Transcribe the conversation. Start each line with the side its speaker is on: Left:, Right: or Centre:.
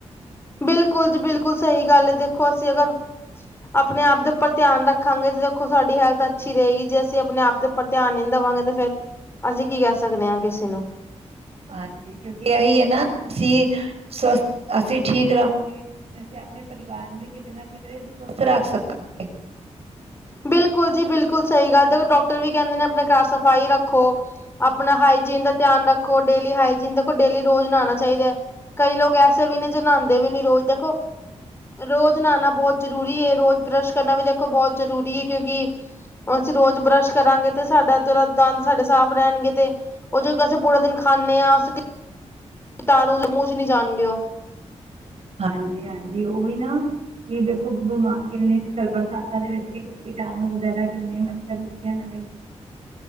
Left: ਬਿਲਕੁਲ ਜੀ ਬਿਲਕੁਲ ਸਹੀ ਗੱਲ ਹੈ। ਦੇਖੋ ਅਸੀਂ ਅਗਰ। ਆਪਣੇ ਆਪ ਦੇ ਉੱਪਰ ਧਿਆਨ ਰੱਖਾਂਗੇ ਤਾਂ। ਦੇਖੋ ਸਾਡੀ ਹੈਲਥ ਅੱਛੀ ਰਹੇਗੀ ਜੇ ਅਸੀਂ ਆਪਣੇ ਆਪ ਦੇ ਉੱਪਰ ਧਿਆਨ ਈ ਨੀ ਦਵਾਂਗੇ ਤੇ ਫੇਰ, ਅਸੀਂ ਕੀ ਕਹਿ ਸਕਨੇ ਆ ਕਿਸੇ ਨੂੰ।
Right: ਹਾਂਜੀ। ਕਿਉਂਕਿ ਇਹੀ ਐ ਨਾ। ਅਸੀਂ ਸਵਸਥ, ਅਸੀਂ ਠੀਕ ਰਵਾਂਗੇ। ਅਸੀਂ ਆਪਣੇ ਪਰਿਵਾਰ ਨੂੰ ਵੀ ਕਿਤੇ ਨਾ ਕਿਧਰੇ ਸਵਸਥ ਰੱਖ ਸਕਨੇ ਆ।
Left: ਬਿਲਕੁਲ ਜੀ ਬਿਲਕੁਲ ਸਹੀ ਗੱਲ ਦੇਖੋ ਡਾਕਟਰ ਵੀ ਕਹਿੰਦੇ ਨੇ। ਆਪਣੇ ਘਰ ਸਫ਼ਾਈ ਰੱਖੋ। ਆਪਣਾ ਹਾਈਜੀਨ ਦਾ ਧਿਆਨ ਰੱਖੋ। ਡੇਲੀ ਹਾਈਜੀਨ ਦੇਖੋ ਡੇਲੀ ਰੋਜ਼ ਨਹਾਣਾ ਚਾਹੀਦਾ ਐ। ਕਈ ਲੋਗ ਐਸੇ ਵੀ ਨੇ ਜੋ ਨਹਾਉਦੇ ਵੀ ਨੀ ਰੋਜ਼ ਦੇਖੋ। ਰੋਜ਼ ਨਹਾਉਣਾ ਬਹੁਤ ਜ਼ਰੂਰੀ ਏ ਰੋਜ਼ ਬਰੱਸ਼ ਕਰਨਾ ਵੀ ਦੇਖੋ ਬਹੁਤ ਜ਼ਰੂਰੀ ਏ ਕਿਉਂਕਿ? ਅਸੀਂ ਰੋਜ਼ ਬਰੱਸ਼ ਕਰਾਂਗੇ ਤੇ ਸਾਡਾ ਜੇਹੜਾ ਦੰਦ ਸਾਡੇ ਸਾਫ਼ ਰਹਿਣਗੇ ਤੇ। ਉਹ ਜੋ ਅਸੀਂ ਪੂਰਾ ਦਿਨ ਖਾਂਨੇ ਆਂ। ਅਸੀਂ ਕੀ- ਕੀਟਾਣੂ ਜੋ ਮੂੰਹ 'ਚ ਨੀ ਜਾਣਗੇ ਉਹ <inaudible>
Right: ਹਾਂਜੀ -ਹਾਂਜੀ ਔਹੀ ਨਾ, ਕਿ ਦੇਖੋ ਬਿਮਾਰ ਕਿੰਨੇ ਬਰਸਾਤਾਂ ਦੇ ਵਿੱਚ ਕੀਟਾਣੂ ਵਗੈਰਾ ਕਿੰਨੇ ਮੱਛਰ ਮੀਆਂ ਨਵੇ